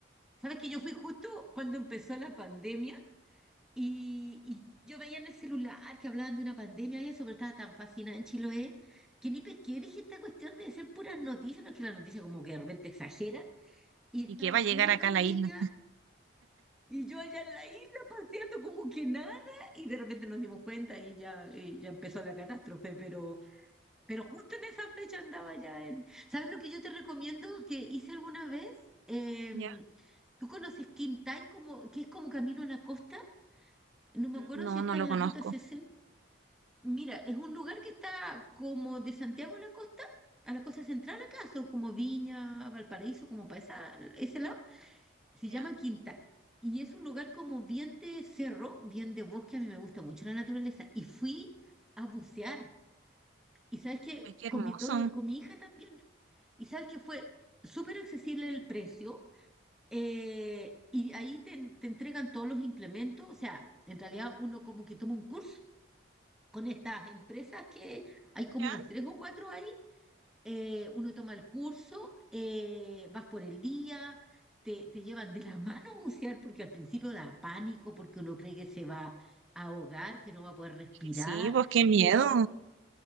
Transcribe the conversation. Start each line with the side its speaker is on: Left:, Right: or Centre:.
Centre: ¿Sabes que yo fui justo cuando empezó la pandemia y, y yo veía en el celular que hablaban de una pandemia y eso, pero estaba tan fascinada en Chiloé que ni pesqué. Dije, esta cuestión de ser puras noticias, no es que las noticias como que de repente exageran. Y
Right: ¿Y
Centre: estaba
Right: qué va a llegar
Centre: full la
Right: acá
Centre: pandemia
Right: a la isla?
Centre: y yo allá en la isla paseando como que nada y de repente nos dimos cuenta y ya, eh, ya empezó la catástrofe, pero... pero justo en esa fecha andaba ya en... ¿Sabes lo que yo te recomiendo que hice alguna vez? Em,
Right: ¿Ya?
Centre: ¿tú conoces Quintay, como, que es como camino a la costa? No me acuerdo
Right: No,
Centre: si está
Right: no lo
Centre: en
Right: conozco.
Centre: la ruta sesenta Mira, es un lugar que está como de Santiago a la costa, a la costa central acá, son como Viña, Valparaíso, como para esa- ese lado. Se
Right: ¿Ya?
Centre: llama Quintay. Y es un lugar como bien de cerro, bien de bosque, a mí me gusta mucho la naturaleza. Y fui a bucear. Y sabes que
Right: Pues qué hermoso.
Centre: con mis dos, con mi hija también y sabes que fue súper accesible el precio eh, y ahí te, te entregan todos los implementos, o sea, en realidad uno como que toma un curso con estas empresas que hay como
Right: ¿Ya?
Centre: unas tres o cuatro ahí, eh, uno toma el curso, eh, vas por el día, te, te llevan de la mano a bucear porque al principio da pánico, porque uno cree que se va a ahogar, que no va a poder respirar,
Right: Sí, pues qué miedo.
Centre: pero